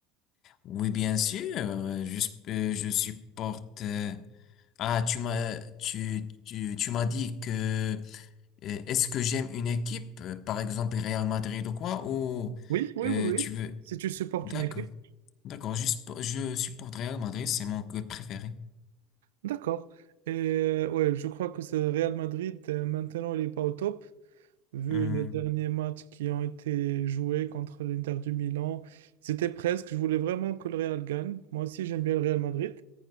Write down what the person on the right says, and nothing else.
Oui, oui,
oui, oui.
Si tu supportes
une équipe.
D'accord. Et euh, ouais, je crois que c'est Real Madrid. euh, Maintenant, il n'est pas au top, vu
les derniers matchs qui ont été joués contre l'Inter du Milan. C'était presque, je voulais vraiment que le Real gagne. Moi aussi, j'aime bien le Real Madrid.